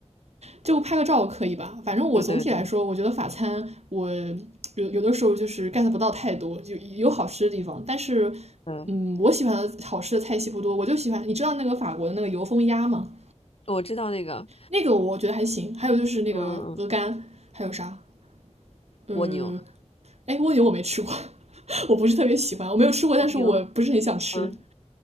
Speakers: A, on the right (about 70°); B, on the left (about 60°).
A: 就拍个照可以吧？反正我总体来说，
B: 对对对，
A: 我觉得法餐我有有的时候就是 get 不到太多，就有好吃的地方，但是
B: 对，嗯
A: 嗯，我喜欢的好吃的菜系不多，我就喜欢你知道那个法国的那个油封鸭吗？
B: 我知道那个
A: 那个我觉得还行，还有就是那个鹅肝，
B: 嗯嗯嗯。
A: 还有啥？嗯，
B: 蜗牛。
A: 呃哎，蜗牛我没吃过，<laughs> 我不是特别喜欢，我没有吃过，
B: 蜗牛，
A: 但是我不是很想吃。
B: 嗯，